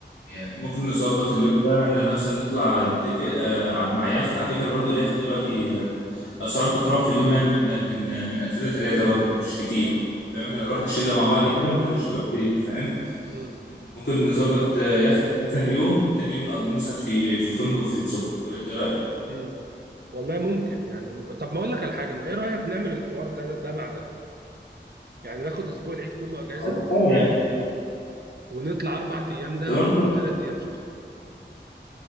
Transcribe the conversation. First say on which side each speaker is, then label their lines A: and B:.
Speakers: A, on the left; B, on the right.
A: يعني ممكن نظبط اليوم ده ان مثلا نطلع نتفق آه، على مع يخت على فكره برضو اليخت دلوقتي آه، اسعاره بتتراوح في اليوم يعني من من آه، من اكتر ثلاثه برضو مش كتير
B: اه
A: فاهم احنا
B: امم
A: لو رحنا الشله مع بعض كده برضو مش هتبقى كتير فاهم
B: امم
A: ممكن نظبط آه، يخت مثلا يوم وتاني يوم نقضيه مثلا في في فندق في السخنه ولا انت إيه رايك؟
B: امم والله ممكن يعني طب ما اقول لك على حاجه ما ايه رايك نعمل الحوار ده ده, ده مع ده يعني ناخد اسبوع العيد كله اجازه
A: خلاص، آه،
B: و...
A: يعني.
B: ونطلع اربع ايام دهب
A: طب أنا ممكن-
B: وثلاث ايام سخنه